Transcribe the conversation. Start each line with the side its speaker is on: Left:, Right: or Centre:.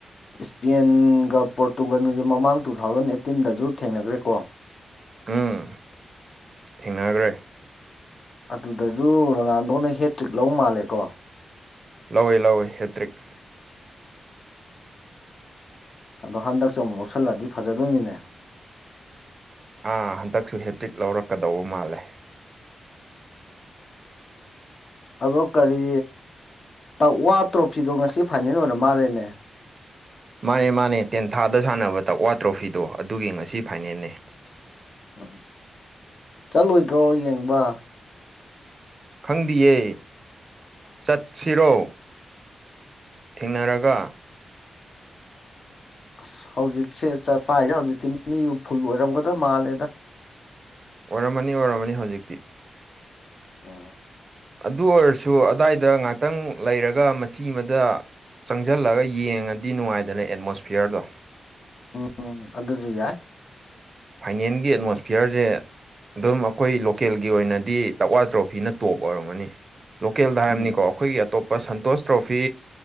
Left: ꯏꯁꯄꯦꯟꯒ ꯄꯣꯔꯇꯨꯒꯜꯁꯦ ꯃꯃꯥꯡ ꯇꯨ ꯊꯥꯎꯖꯟ ꯑꯦꯠꯇꯤꯟꯗꯁꯨ ꯊꯦꯡꯅꯈ꯭ꯔꯦꯀꯣ
Right: ꯎꯝ ꯊꯦꯡꯅꯈ꯭ꯔꯦ
Left: ꯑꯗꯨꯗꯖ ꯔꯣꯅꯥꯜꯗꯣꯅ ꯍꯦꯇ꯭ꯔꯤꯛ ꯂ ꯃꯥꯜꯂꯦꯀꯣ
Right: ꯂꯧꯋꯏ ꯂꯧꯋꯏ ꯍꯦꯇ꯭ꯔꯤꯛ
Left: ꯑꯗꯣ ꯍꯟꯗꯛꯁꯨ ꯑꯃꯨꯛ ꯂꯧꯁꯤꯜꯂꯗꯤ ꯐꯖꯗꯣꯏꯅꯤꯅꯦ
Right: ꯑꯥ ꯍꯟꯗꯛꯁꯨ ꯍꯦꯇ꯭ꯔꯤꯛ ꯂꯧꯔꯛꯀꯗꯧꯕ ꯃꯥꯜꯂꯦ
Left: ꯑꯗꯣ ꯀꯔꯤ ꯇꯛꯋꯥ ꯇ꯭ꯔꯣꯐꯤꯗꯣ ꯉꯁꯤ ꯐꯥꯏꯅꯦꯜ ꯑꯣꯏꯔ ꯃꯥꯜꯂꯦꯅꯦ
Right: ꯃꯥꯅꯦ ꯃꯥꯅꯦ ꯇꯦꯟꯊꯥꯗ ꯁꯥꯟꯅꯕ ꯇꯛꯋꯥ ꯇ꯭ꯔꯣꯐꯤꯗꯣ ꯑꯗꯨꯒꯤ ꯉꯁꯤ ꯐꯥꯏꯅꯦꯜꯅꯤ
Left: ꯎꯝ ꯆꯠꯂꯣꯏꯗ꯭ꯔꯣ ꯌꯦꯡꯕ
Right: ꯈꯪꯗꯤꯌꯦ ꯆꯠꯁꯤꯔꯣ ꯊꯦꯡꯅꯔꯒ
Left: ꯑꯁ ꯍꯧꯖꯤꯛꯁꯦ ꯆꯠꯄꯥꯏꯁꯦ ꯍꯧꯖꯤꯛꯇꯤ ꯃꯤꯕꯨ ꯐꯨꯜ ꯑꯣꯏꯔꯝꯒꯗꯕ ꯃꯥꯜꯂꯦꯗ
Right: ꯑꯣꯏꯔꯝꯃꯅꯤ ꯑꯣꯏꯔꯝꯃꯅꯤ ꯍꯧꯖꯤꯛꯇꯤ
Left: ꯎ
Right: ꯑꯗꯨ ꯑꯣꯏꯔꯁꯨ ꯑꯗꯨꯋꯥꯏꯗ ꯉꯥꯛꯇꯪ ꯂꯩꯔꯒ ꯃꯆꯤ ꯑꯃꯗ ꯆꯪꯁꯜꯂꯒ ꯌꯦꯡꯉꯗꯤ ꯅꯨꯡꯉꯥꯏꯗꯅ ꯑꯦꯠꯃꯣꯁꯐꯤꯌꯔꯗꯣ
Left: ꯎꯝ ꯑꯗꯨꯁꯨ ꯌꯥꯏ
Right: ꯐꯥꯏꯅꯦꯟꯒꯤ ꯑꯦꯠꯃꯣꯁꯐꯤꯌꯔꯁꯦ ꯑꯗꯨꯝ ꯑꯩꯈꯣꯏ ꯂꯣꯀꯦꯜꯒꯤ ꯑꯣꯏꯅꯗꯤ ꯇꯛꯋꯥ ꯇ꯭ꯔꯣꯐꯤꯅ ꯇꯣꯞ ꯑꯣꯏꯔꯝꯒꯅꯤ ꯂꯣꯀꯦꯜꯗ ꯍꯥꯏꯕꯅꯤꯀꯣ
Left: ꯎꯝ
Right: ꯑꯩꯈꯣꯏꯒꯤ ꯑꯇꯣꯞꯄ ꯁꯟꯇꯣꯁ ꯇ꯭ꯔꯣꯐꯤ